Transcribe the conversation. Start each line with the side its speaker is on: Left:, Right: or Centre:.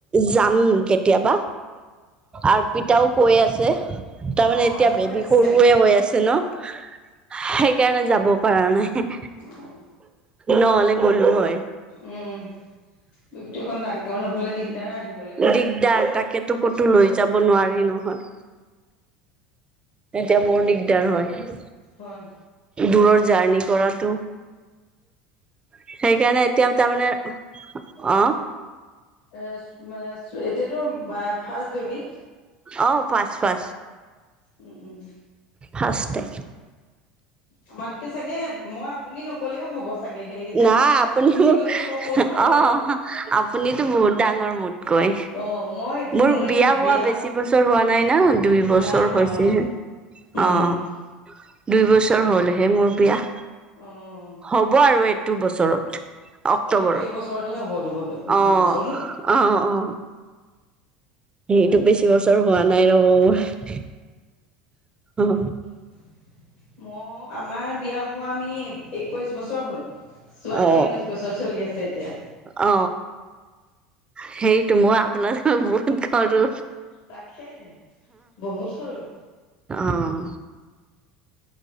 Right: যাম কেতিয়াবা। আৰপিতাও কৈ আছে, তাৰমানে
Left: অঁ
Right: এতিয়া
Left: আহিব
Right: বেবী
Left: লাগিছিলে
Right: সৰুৱে হৈ আছে ন? সেইকাৰণে যাব পৰা নাই।
Left: অঁ
Right: নহ'লে গ'লো হয়।
Left: উম, বেবিটো অকণ ডা--ৰ নহলে দিগদাৰ আহি
Right: দিগদাৰ, তাকেতো ক'তো লৈ যাব নোৱাৰি নহয়। এতিয়া বৰ দিগদাৰ হয়।
Left: হয়।
Right: দূৰৰ জাৰ্ণি কৰাটো। সেইকাৰণে এতিয়া তাৰমানে অ।
Left: <unintelligible> এতিয়াতো ফাৰ্ষ্ট বেবী?
Right: অ, ফাচ ফাচ।
Left: উম উম উম।
Right: ফাঁষ্টটে।
Left: আমাতকে চাগে মই আপুনি নকলেও হ'ব। চাগে হেৰি যে,
Right: নাই আপুনি
Left: তুমি
Right: মোক
Left: ক'লেও হ'ব সৰু হ'ব।
Right: অ আপুনিতো বহুত ডাঙৰ মোতকৈ
Left: অ, মই
Right: মোৰ
Left: মই বিয়া
Right: বেছি
Left: হোৱা
Right: বছৰ হোৱা নাই না দুই বছৰ
Left: নাই হোৱা
Right: হৈছেহে
Left: অ। উম
Right: অ দুই বছৰ হ'লহে মোৰ বিয়া।
Left: অ, অ।
Right: হ'ব আৰু এইটো বছৰত। অক্টোবৰত
Left: <unintelligible> এই এইবছৰতে হ'ব
Right: অ,
Left: দুবছৰ ন
Right: অ, অ। সেইটো
Left: তাকে
Right: বেছি বছৰ হোৱা নাই <unintelligible> অ।
Left: ম, আমাৰ বিয়া হোৱা আমি একৈছ বছৰ হ'ল। ছোৱালীয়ে
Right: অ
Left: ঊনৈশ বছৰ চলি আছে এতিয়া।
Right: অ, সেইটো মই আপোনা বহুত সৰু।
Left: তাকেহে, বহুত সৰু।
Right: অঁ,